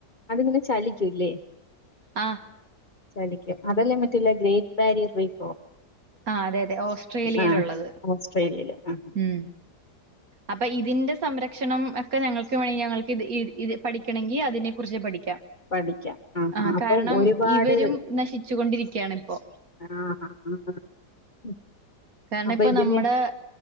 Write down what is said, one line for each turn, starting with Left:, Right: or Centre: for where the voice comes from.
Left: അത്ങ്ങനെ ചലിക്കൂല്ലേ
Right: ആഹ
Left: ചലിക്കും അതെല്ലേ മറ്റില്ല ഗ്രേറ്റ് ബാരിയർ റീഫോ
Right: ആ അതെ അതെ ഓസ്ട്രേലിയയില
Left: ആഹ്
Right: ഉള്ളത്
Left: ഓസ്ട്രേലിയയില് ആഹ്
Right: ഉം അപ്പൊ ഇതിന്റെ സംരക്ഷണം ഒക്കെ ഞങ്ങൾക്ക് വേണെങ്കിൽ ഞങ്ങൾക്ക് ഇ പഠിക്കണമെങ്കി അതിനെ കുറിച്ച് പഠിക്കാം
Left: പഠിക്കാം ആഹ്
Right: ആഹ
Left: ആഹ് അപ്പൊ
Right: കാരണം
Left: ഒരുപാട്
Right: ഇവരും നശിച്ചുകൊണ്ടിരിക്കയാണ് ഇപ്പോ
Left: ആഹ് ആഹ് ആഹ്
Right: കാരണം
Left: അപ്പൊ
Right: ഇപ്പ
Left: ഇതിന്
Right: നമ്മുടെ